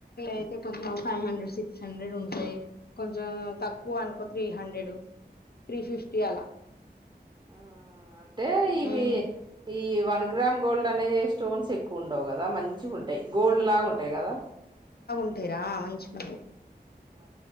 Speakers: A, on the left; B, on the right.
A: అయితే కొంచెం ఫైవ్ హండ్రెడ్ సిక్స్ హండ్రెడ్ ఉంటాయి కొంచెం తక్కువ అనుకో త్రీ హండ్రెడ్ త్రీ ఫిఫ్టీ అలా
B: ఆ అంటే ఇవి
A: ఉమ్.
B: ఈ వన్ గ్రామ్ గోల్డ్ అనే స్టోన్స్ ఎక్కువన్నా ఉండవు కదా మంచిగా ఉంటాయి గోల్డ్ లాగా ఉంటాయి కదా
A: ంటేరా మంచిగుంటాయి
B: ఆ